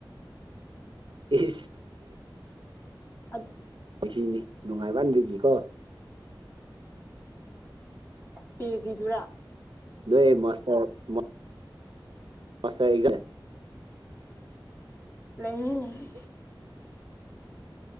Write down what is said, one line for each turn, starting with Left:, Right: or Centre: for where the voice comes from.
Right: ꯏꯍꯤꯁ
Left: ꯑꯗ
Right: ꯁꯤꯖꯤꯅꯤ ꯅꯨꯡꯉꯥꯏꯃꯟꯕꯒꯤꯀꯣ
Left: ꯄꯤꯖꯤ ꯗꯨꯔ
Right: ꯅꯣꯏ ꯃꯥꯁꯇꯔ ꯃꯥ ꯃꯥꯁꯇꯔ ꯖꯦ
Left: ꯂꯩꯅꯤꯏ